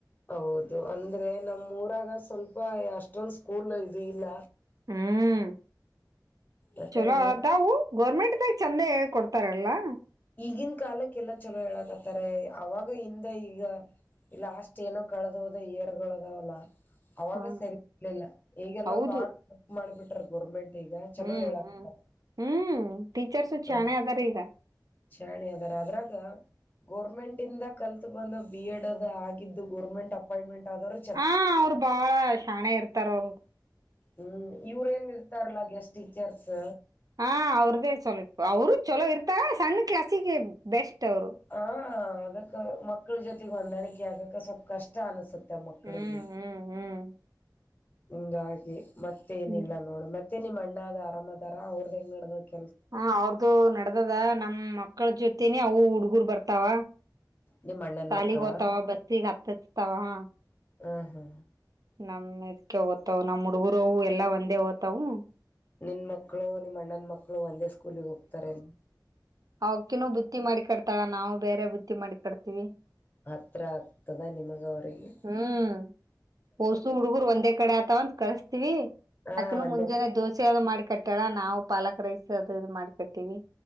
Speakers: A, on the left; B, on the right.
A: ಹೌದು ಅಂದ್ರೆ ನಮ್ಮ ಊರಾಗ ಸ್ವಲ್ಪ ಅಷ್ಟೊಂದ ಸ್ಕೂಲು ಇದು ಇಲ್ಲ.
B: ಹ್ಮ್
A: ಯಾಕ
B: ಚಲೋ
A: ಏ
B: ಆದವು. ಗೋರ್ಮೆಂಟ ದಾಗ ಚಂದ ಹೆಳಿ ಕೊಡ್ತಾರ ಎಲ್ಲಾ.
A: ಈಗಿನ ಕಾಲಕ್ಕೆಲ್ಲ ಚಲೋ ಹೇಳಕತ್ತಾರೆ ಅವಾಗ ಹಿಂದ ಈಗ ಲಾಷ್ಟ ಏನೋ ಕಳದ ಹೋದ ಇಯರಗೋಳು ಅದಾವ ಅಲಾ ಅವಾಗ
B: ಹಾ
A: ಸರಿ ಇರ್ಲಿಲ್ಲ ಈಗೆಲ್ಲ
B: ಹೌದು
A: ಬಾಳ ವರ್ಕ್ ಮಾಡ್ಬಿಟ್ರ ಗೋರ್ಮೆಂಟ್. ಈಗ ಚಲೋ
B: ಹ್ಮ್
A: ಹೇಳಕತ್ತಾರ
B: ಹ್ಮ್ ಹ್ಮ್ ಟೀಚರ್ಸು ಶಾಣೆ
A: ಹ
B: ಅದಾರ ಈಗ.
A: ಶಾಣೆ ಅದಾರ ಅದ್ರಾಗ. ಗೋರ್ಮೆಂಟ್ ಇಂದ ಕಲ್ತ ಬಂದ ಬಿ. ಎಡ್ ಅದ ಆಗಿದ್ದು ಗೋರ್ಮೆಂಟ್ ಅಪಾಯಿಂಟ್ಮೆಂಟ್ ಆದವ್ರ.
B: ಹ ಅವ್ರು ಬಾಳ ಶಾಣೆ ಇರ್ತಾರ ಅವರು.
A: ಹ್ಮ್ ಇವ್ರ ಏನ ಇರ್ತಾರಲ್ಲ ಗೆಸ್ಟ ಟೀಚರ್ಸ್.
B: ಹಾ ಅವ್ರದೆ ಸ್ವಲ್ಪ್ಅವರು ಚಲೋ ಇರ್ತ ಸಣ್ಣ ಕ್ಲಾಸಿಗೆ ಬೆಸ್ಟ್ ಅವ್ರು.
A: ಹಾ ಅದಕ್ಕ ಮಕ್ಕಳ ಜೊತೆಗೆ ಹೊಂದಾಣಿಕೆ ಆಗಕ ಸ್ವಲ್ಪ ಕಷ್ಟ ಅನಸುತ್ತೆ. ನಮ್ಮಮಕ್ಕಳಿಗೆ
B: ಹ್ಮ್ ಹ್ಮ್ ಹ್ಮ್
A: ಹಂಗಾಗಿ ಮತ್ತೆ ಏನಿಲ್ಲ
B: ಹ್ಮ್
A: ನೋಡ ಮತ್ತೆ. ನಿಮ್ಮ ಅಣ್ಣ ಆರಾಮ್ದಾರ ಅವ್ರದಂಗ ನಡದೈತಿ
B: ಹ ಅವ್ರದುು ನಡ್ದದ ನಮ್ ಮಕ್ಕಳ ಜೊತೆನೆೇ ಅವು ಹುಡ್ಗರ್ ಬರ್ತಾವ
A: ನಿಮ್ ಅಣ್ಣನ್
B: ಸಾಲಿಗ್
A: ಮಕ್ಳ
B: ಹೋಗತಾವ ಬಸ್ಸಿಗೆ ಹತ್ತಸ್ತಾವ ಹ
A: ಹಾ ಹಾ
B: ನಮ್ ಇದಕೇ ಹೋಯ್ತವು ನಮ್ ಹುಡುಗರವು ಎಲ್ಲಾ ಒಂದೇ ಓ್ತವು
A: ನಿನ್ ಮಕ್ಳು ನಿಮ್ಮ ಅಣ್ಣನ ಮಕ್ಕಳು ಒಂದೇ ಸ್ಕೂಲಿಗೆ ಹೋಗ್ತಾರೆನ್
B: ಅವಕ್ಕಿನೂ ಬುತ್ತಿ ಮಾಡಿ ಕಡ್ತಾಳ ನಾವು ಬೇರೆ ಬುತ್ತಿ ಮಾಡಿ ಕಡ್ತೀವಿ
A: ಹತ್ರ ಆಗ್ತದ ನಿಮಗೆ ಅವರಿಗೆ
B: ಹ್ಮ್ ಓಸು ಹುಡುಗರು ಒಂದೇ ಕಡೆ ಆತವ ಅಂತ ಕಳಸ್ತೀವಿ
A: ಹಾ
B: ಆಕಿನು
A: ಒಂದೇ
B: ಮುಂಜಾನೆ ದೋಸೆದು ಮಾಡಿ ಕಟ್ಟ ಇಡ ನಾವು ಪಾಲಕ್ ರೈಸ್ ಅದು ಇದು ಮಾಡಿ ಕಟ್ಟೀವಿ